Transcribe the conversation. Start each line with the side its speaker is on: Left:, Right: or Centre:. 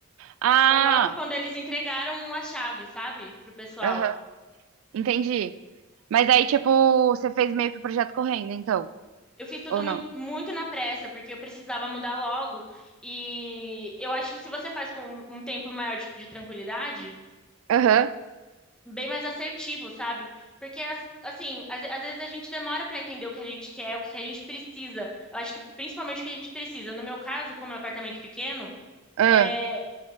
Right: ah,
Centre: Foi logo quando eles entregaram a chave, sabe, pro pessoal.
Right: aham, entendi. Mas aí, tipo, você fez meio que o projeto correndo, então,
Centre: Eu fiz tudo
Right: ou
Centre: muito,
Right: não?
Centre: muito na pressa, porque eu precisava mudar logo. E eu acho que se você faz com um tempo maior de de tranquilidade
Right: Aham.
Centre: bem mais assertivo, sabe? Porque, as- assim, às, às vezes a gente demora pra entender o que a gente quer, o que a gente precisa. Eu acho que principalmente o que a gente precisa. No meu caso, como é um apartamento pequeno,
Right: aham.
Centre: é,